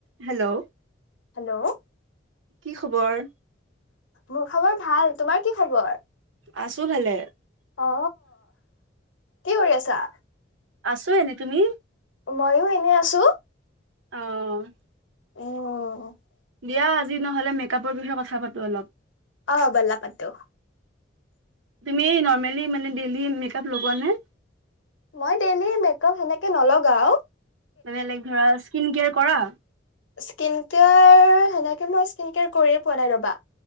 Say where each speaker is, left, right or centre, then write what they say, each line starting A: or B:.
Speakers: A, on the right; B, on the left.
A: Hello?
B: Hello
A: কি খবৰ?
B: মোৰ খবৰ ভাল, তোমাৰ কি খবৰ?
A: আছো ভালে।
B: অ কি কৰি আছা?
A: আছো এনে, তুমি?
B: ময়ো এনে আছো।
A: অ'।
B: উম
A: দিয়া আজি নহ'লে মেকআপৰ বিষয়ে কথা পাতো অলপ।
B: অ', বলা পাতো।
A: তুমি নৰ্মেলি মানে, ডেইলি মেকআপ লগোৱা নে?
B: মই ডেইলি মেকআপ সেনেকে নলগাওঁ।
A: মানে লাইক ধৰা, স্কিন কেয়াৰ কৰা?
B: স্কিন কেয়াৰ, সেনেকে মই স্কিন কেয়াৰ কৰিয়ে পোৱা নাই ৰ'বা।